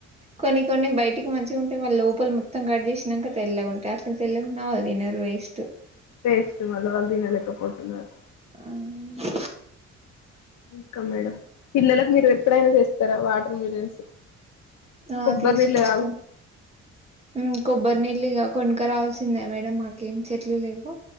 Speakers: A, on the right; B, on the left.
A: కొన్ని కొన్ని బయటికి మంచిగా ఉంటే మళ్ళీ లోపల మొత్తం కట్ చేసినాక తెల్లగా ఉంటాయి అట్లా తెల్లగా ఉన్నా వాళ్ళు తి నర్ వేస్ట్
B: వేస్ట్ మల వల్దీనలేక పోతున్నారు
A: ఆ వును
B: ఇంకా మేడం పిల్లలకు మీరు ఎప్పుడైనా చేస్తారా వాటర్ మిలన్స్
A: ఆ
B: కొబ్బరి
A: తీసుకొస్తాం
B: నీళ్ళు తాగు
A: ఉమ్ కొబ్బరి నీల్ ఇగ కొనుక రావాల్సిందే మేడం మాకేం చెట్లు లేవు